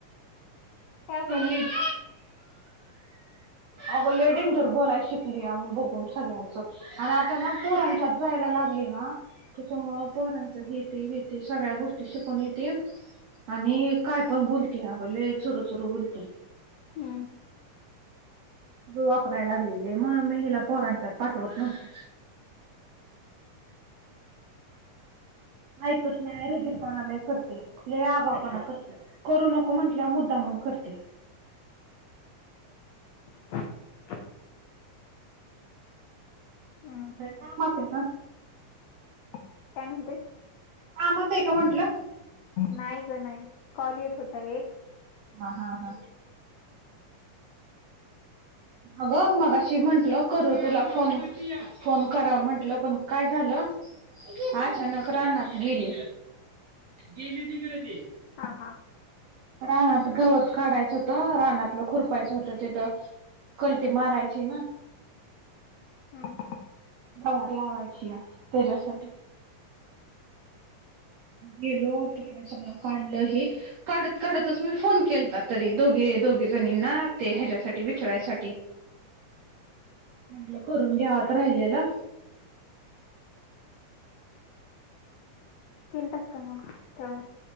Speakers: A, on the left; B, on the right.
A: पहा बरं.
B: येडी. आव लय डंजर बोलाय शिकली बघून सगळ्यांचं. आणि आता ना पोरानच्यात जायला लागली ना त्याच्यामुळ पोरांच हती हती सगळ्या गोष्टी शिकून येते. आणि काय पण बोलते आपगले चुरूचुरू बोलते.
A: हम्म.
B: वापराय लागलेय लय म्हणून मी हिला पोरांच्यात पाठवत नव्हते. ऐकत नाही रुजिरपणा लय करते, लय आगाव पणा करते, करू नक नको म्हटल्याव मुद्दामुन करते.
A: <inaudible> हम्म
B: ब का म का <unintelligible>
A: काय म्हणतेस.
B: कामात आहे का म्हंटलं.
A: नाही ग नाही कॉल येत होता एक.
B: हां हां हां. अगं मगाशी म्हंटलं करू तुला फोन फोन करा म्हंटलं पण. काय झालं अचानक रानात गेली. गेली तिकडं गेले ती.
A: हा हा.
B: रानात गवत काढायचं होतं, रानातलं खुरपायचं होतं तिथं कलटी मारायची ये ना.
A: हम्.
B: प्रवार लावायची या त्याच्यासाठी. गेलो तिथलं सगळं काढलं हे. काढत काढतच मी फोन केलता तरी दोघे दोघे जणींना ते ह्याच्यासाठी विचारयसाठी.
A: <inaudible>
B: म्हंटलं करून घ्याव राहिलेला.
A: केल तास का मग तर.